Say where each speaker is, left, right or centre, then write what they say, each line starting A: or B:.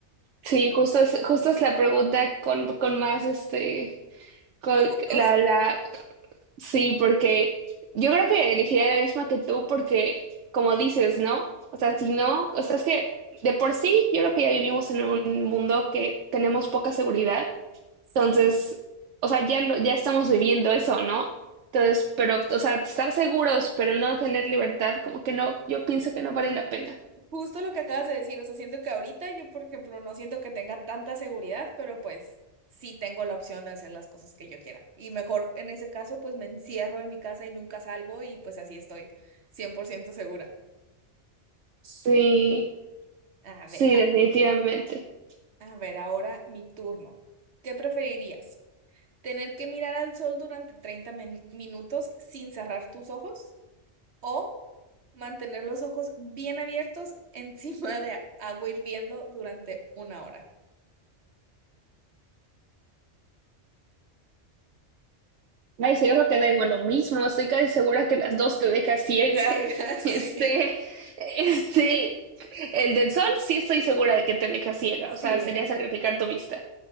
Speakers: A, on the right (about 80°); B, on the right (about 65°).
A: sí, justo es, justo es la pregunta con, con más este, con
B: Más votos.
A: la, la, sí, porque yo creo que elegiría la misma que tú porque, como dices, ¿no? O sea, si no, o sea, es que de por sí yo creo que ya vivimos en un mundo que tenemos poca seguridad
B: Sí.
A: Entonces, o sea, ya lo, ya estamos viviendo eso, ¿no? Entonces, pero, o sea, estar seguros, pero no tener libertad, como que no, yo pienso que no vale la pena.
B: Justo lo que acabas de decir. O sea, siento que ahorita yo, por ejemplo, no siento que tenga tanta seguridad, pero pues sí tengo la opción de hacer las cosas que yo quiera. Y mejor en ese caso, pues me encierro en mi casa y nunca salgo y pues así estoy 100% segura.
A: Sí,
B: A
A: sí,
B: ver, a,
A: definitivamente.
B: a ver, ahora mi turno. ¿Qué preferirías? ¿Tener que mirar al sol durante 30 min- minutos sin cerrar tus ojos? O mantener los ojos bien abiertos encima de agua hirviendo durante una hora.
A: Ay, sí, yo creo que da igual lo mismo, estoy casi segura que las dos te deja ciega.
B: Ciega,
A: <laughs>
B: <laughs>
A: Este,
B: sí.
A: este, el del sol sí estoy segura de que te deja ciega,
B: Sí.
A: o sea, sería sacrificar tu vista.